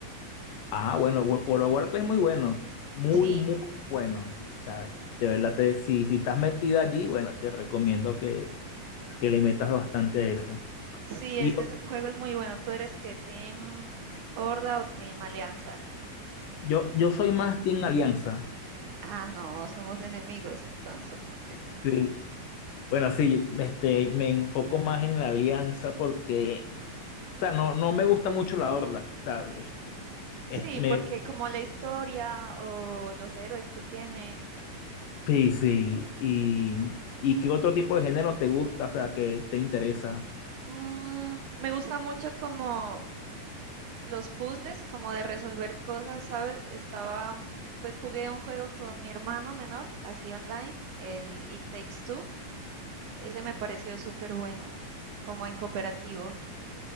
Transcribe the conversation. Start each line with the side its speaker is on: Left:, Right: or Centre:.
Left: Ah, bueno, Wo- World of Warcraft es muy bueno, muy,
Right: Sí,
Left: muy bueno. O sea, de verdad, te, si, si estás metida allí, bueno, te recomiendo que, que le metas bastante a eso.
Right: sí,
Left: Y
Right: ese
Left: yo,
Right: juego es muy bueno. ¿Tú eres que Team Horda o Team Alianza?
Left: yo yo soy más Team Alianza.
Right: Ah, no, somos enemigos entonces.
Left: <laughs> Bueno, sí, este, me enfoco más en la alianza porque, o sea, no, no me gusta mucho la horda, ¿sabes? Es-
Right: Sí,
Left: me,
Right: porque como la historia o los héroes que tiene,
Left: sí, sí. Y, ¿y qué otro tipo de género te gusta, o sea, que te interesa?
Right: mm, me gusta mucho como los puzzles, como de resolver cosas, ¿sabes? Estaba, pues jugué un juego con mi hermano menor, así online, el It Takes Two. Ese me pareció súper bueno, como en cooperativo.